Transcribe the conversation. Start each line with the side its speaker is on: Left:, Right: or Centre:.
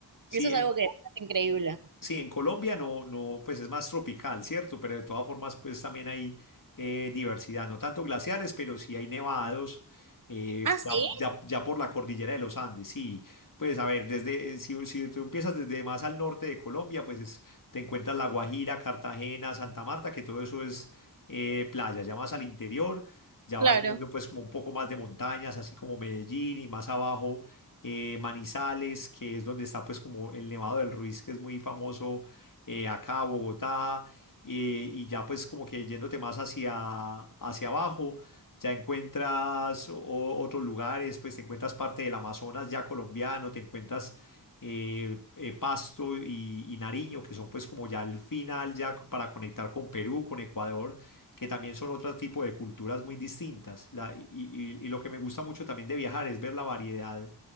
Left: sí,
Right: Eso es
Left: en
Right: algo que es increíble.
Left: Sí, en Colombia no, no, pues es más tropical, ¿cierto? Pero de todas formas, pues también hay eh, diversidad, no tanto glaciares, pero sí hay nevados, eh,
Right: Ah, sí,
Left: ya, ya- ya por la cordillera de los Andes, sí. Pues a ver, desde, eh, si, si tú empiezas desde más al norte de Colombia, pues es- te encuentras La Guajira, Cartagena, Santa Marta, que todo eso es eh, playa, ya más al interior, ya
Right: claro.
Left: vas viendo pues como un poco más de montañas, así como Medellín y más abajo eh, Manizales, que es donde está pues como el Nevado del Ruiz, que es muy famoso eh, acá, Bogotá, eh, y ya pues como que yéndote más hacia, hacia abajo, ya encuentras o- otros lugares, pues te encuentras parte del Amazonas ya colombiano, te encuentras eh, eh, Pasto y, y Nariño, que son pues como ya el final, ya c- para conectar con Perú, con Ecuador que también son otro tipo de culturas muy distintas. La- y, y- y lo que me gusta mucho también de viajar es ver la variedad